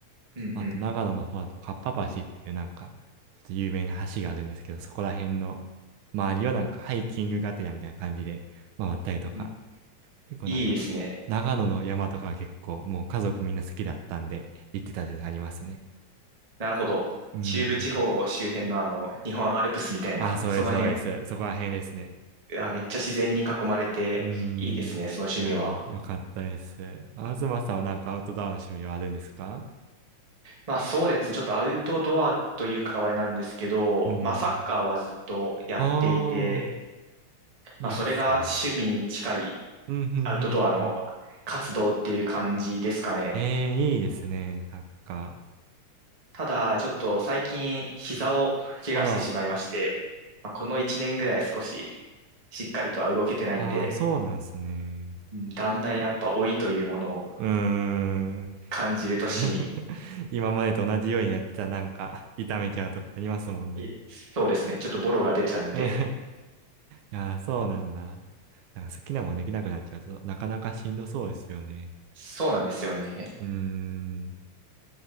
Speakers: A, on the right; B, on the right.
A: うんうん
B: あと長野の方だとかっぱ橋っていうなんか、ちょっと有名な橋があるんですけど、そこら辺の周りをなんかハイキングがてらみたいな感じで回ったりとか、
A: うん。
B: 結構なんか、
A: いいですね。
B: 長野の山とかは結構もう家族みんな好きだったんで行ってたっていうのありますね。
A: なるほど。
B: うーん。
A: 中部地方周辺のあの、日本アルプスみたいな、
B: あ、そうです、
A: その辺、
B: そうです。そこら辺ですね。
A: あ、めっちゃ自然に囲まれていいですね、
B: うーん。
A: その趣味は。
B: いやー、よかったです。東さんはなんかアウトドアの趣味はあるんですか
A: まあそうですね、ちょっとアウトドアというかあれなんですけど、
B: うん。
A: まあサッカーはずっとやっていて、
B: おー、いいっすね。
A: まあそれが趣味に近い
B: うん、ふん、
A: アウトドアの
B: ふん、ふん、ふん。
A: 活動っていう感じですかね。
B: えー、いいですね、サッカ
A: ただ、ちょっと最近、膝を怪我してしまいまして、
B: ー。あら、
A: まあこの1年ぐらい少し、しっかりとは動けてないんで、
B: あー、そうなんですね。
A: うんだんだんやっぱ老いというものを
B: うーん。
A: 感じる年に、
B: <laughs> 今までと同じようにやったらなんか痛めちゃうとかありますもんね。
A: いそうですね、ちょっとボロが出ちゃうんで、
B: うん <laughs> いやー、そうなんだ。なんか好きなもんできなくなっちゃうと、なかなかしんどそうですよね。
A: そうなんですよね。
B: うーん。